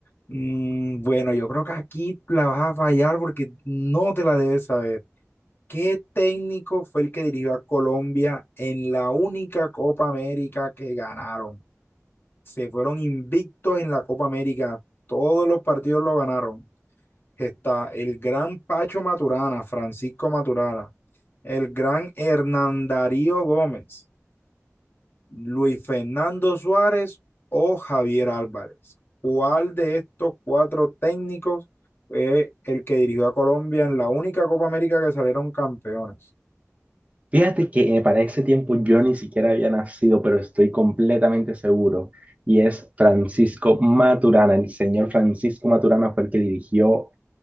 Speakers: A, on the left (about 40°); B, on the right (about 25°).
A: Mm, bueno, yo creo que aquí la vas a fallar porque no te la debes saber. ¿Qué técnico fue el que dirigió a Colombia en la única Copa América que ganaron? Se fueron invictos en la Copa América, todos los partidos lo ganaron. Está el gran Pacho Maturana, Francisco Maturana, el gran Hernán Darío Gómez. Luis Fernando Suárez o Javier Álvarez. ¿Cuál de estos cuatro técnicos fue el que dirigió a Colombia en la única Copa América que salieron campeones?
B: Fíjate que eh, para ese tiempo yo ni siquiera había nacido, pero estoy completamente seguro. Y es Francisco Maturana. El señor Francisco Maturana fue el que dirigió